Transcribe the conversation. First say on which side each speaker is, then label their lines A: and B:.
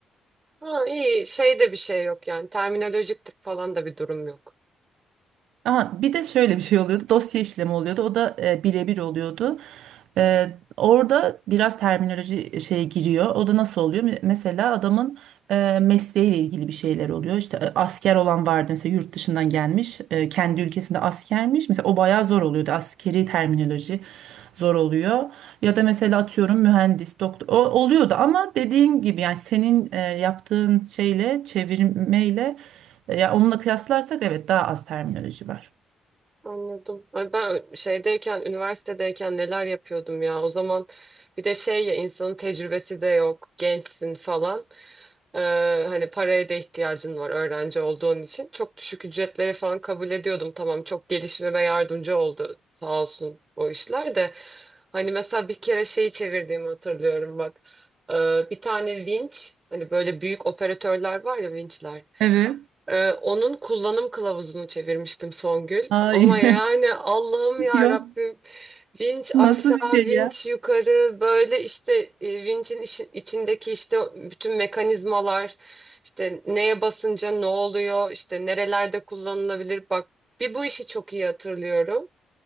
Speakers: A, on the right (about 25°); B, on the right (about 80°).
A: Ha, iyi şey de bir şey yok yani terminolojik tık falan da bir durum yok.
B: Aha, bir de şöyle bir şey oluyordu. Dosya işlemi oluyordu. O da e, birebir oluyordu. E, orada biraz terminoloji e, şeye giriyor. O da nasıl oluyor? Me- Mesela adamın e, mesleğiyle ilgili bir şeyler oluyor. İşte e, asker olan vardı mesela yurt dışından gelmiş. E, kendi ülkesinde askermiş. Mesela o bayağı zor oluyordu. Askeri terminoloji zor oluyor. Ya da mesela atıyorum mühendis, doktor. O oluyordu ama dediğin gibi yani senin e, yaptığın şeyle, çevirmeyle e, ya onunla kıyaslarsak evet daha az terminoloji var.
A: Anladım. Ay ben şeydeyken, üniversitedeyken neler yapıyordum ya. O zaman bir de şey ya insanın tecrübesi de yok, gençsin falan. Ee, hani paraya da ihtiyacın var öğrenci olduğun için. Çok düşük ücretleri falan kabul ediyordum. Tamam çok gelişmeme yardımcı oldu sağ olsun o işler de. Hani mesela bir kere şeyi çevirdiğimi hatırlıyorum bak. Ee, bir tane vinç, hani böyle büyük operatörler var ya vinçler.
B: Evet.
A: Ee, onun kullanım kılavuzunu çevirmiştim Songül.
B: Ay
A: Ama yani Allah'ım
B: <laughs>
A: ya
B: yok.
A: Rabbim vinç
B: Nasıl
A: aşağı,
B: bir şey
A: vinç
B: ya?
A: yukarı böyle işte e, vinçin işi- içindeki işte bütün mekanizmalar işte neye basınca ne oluyor işte nerelerde kullanılabilir bak bir bu işi çok iyi hatırlıyorum.